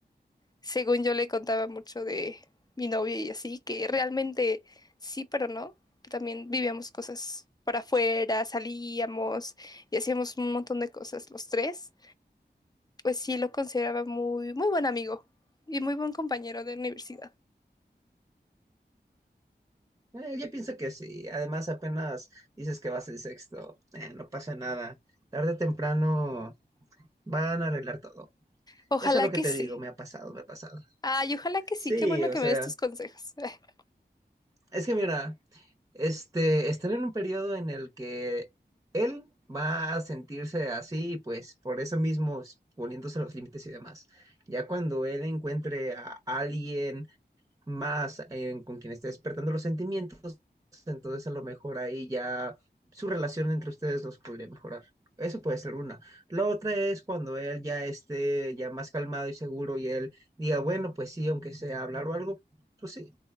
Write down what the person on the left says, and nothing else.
según yo le contaba mucho de mi novio y así, que realmente sí, pero no. También vivíamos cosas para afuera, salíamos y hacíamos un montón de cosas los tres. Pues sí lo consideraba muy, muy buen amigo y muy buen compañero de universidad.
Ojalá
que
sí.
Ay, ojalá que sí.
Qué bueno
que
me des tus consejos. <laughs>